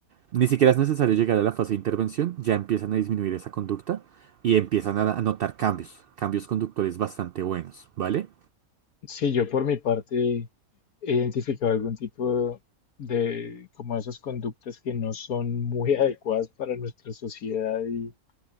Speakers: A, on the right; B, on the left.
A: ni siquiera es necesario llegar a la fase de intervención, ya empiezan a disminuir esa conducta y empiezan a a notar cambios, cambios conductuales bastante buenos, ¿vale?
B: Sí, yo por mi parte he identificado algún tipo de, como esas conductas que no son muy <laughs> adecuadas para nuestra sociedad y,